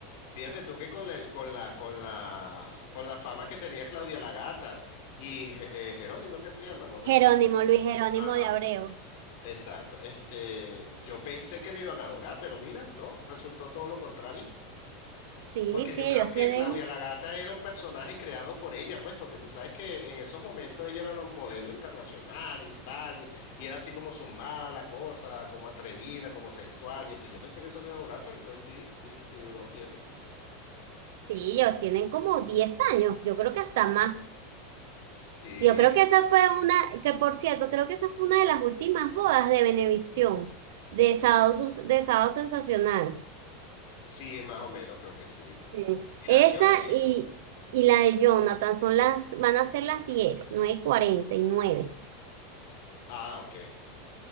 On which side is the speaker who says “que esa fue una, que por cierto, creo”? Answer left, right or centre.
Right